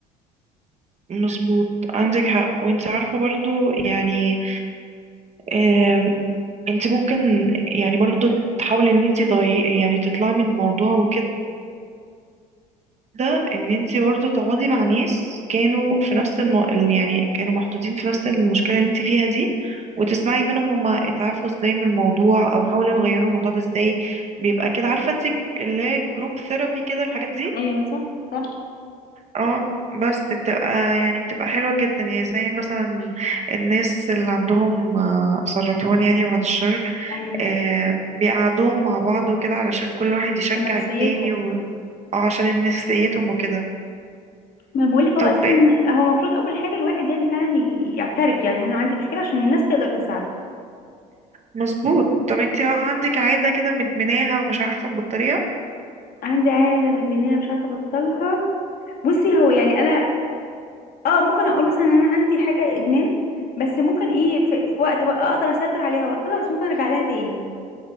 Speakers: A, on the right; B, on the left.
A: مظبوط عندك حق وانت عارفة برضو يعني آم، انت ممكن يعني برضو تحاولي ان انت تغيري يعني تطلعي من الموضوع وكده ده ان انت برضه تقعدي مع ناس كانوا في نفس الم... ال- يعني كانوا محطوطين في نفس المشكلة اللي انت فيها دي وتسمعي منهم هما اتعافوا ازاي من الموضوع او حاولوا يغيروا الموضوع ده ازاي بيبقى كده عارفة انت اللي هي جروب ثيرابي كده الحاجات دي
B: ايوه صح صح
A: اه بس بتبقى يعني بتبقى حلوة جدا يعني زي مثلا الناس اللي عندهم آه، سرطان يعني بعد الشر
B: أيوه
A: آه، بيقعدوهم مع بعض وكده علشان كل واحد يشجع
B: في نفسيته
A: التاني و... او عشان نفسيتهم وكده
B: ما بقولك هو
A: طب
B: أساسا هو المفروض أول حاجة الواحد يعني فعلا ي- يعترف يعني إن أنا عندي مشكلة عشان الناس تقدر تساعده
A: مظبوط طب انت بقى عندك عادة كده مدمناها ومش عارفة تبطليها
B: عندي عادة مدمنية مش عارفة أبطلها بصي هو يعني أنا اه ممكن اقول مثلا ان انا عندي حاجه ادمان بس ممكن ايه في, في وقت بقى اقدر اسيطر عليها وابطلها بس ممكن ارجع لها تاني